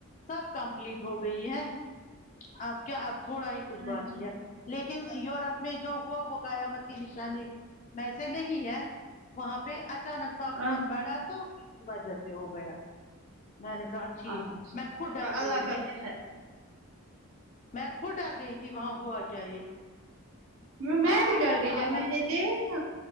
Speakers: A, on the left (about 35°); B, on the right (about 65°).
A: سب کمپلیٹ ہو گئی ہے اب کیا اب تھوڑا ہی کچھ باقی
B: اچھا ٹھیک
A: ہے لیکن یورپ میں جو ہوا وہ قیامت کی نشانی میں سے نہیں ہے وہاں پہ اچانک تاپمان
B: اچھا
A: بڑھا تو وجہ سے ہو گیا میں نے کہا ٹھیک
B: اچھا
A: میں خود ڈر
B: اللہ
A: گئی
B: کا
A: تھی
B: <unintelligible>
A: میں کھود ڈر گئی تھی وہاں ہوا کیا یہ
B: میں میں
A: ہاں
B: بھی ڈر
A: وہ
B: گئی
A: تو
B: جب
A: اللہ
B: میں نے دیکھا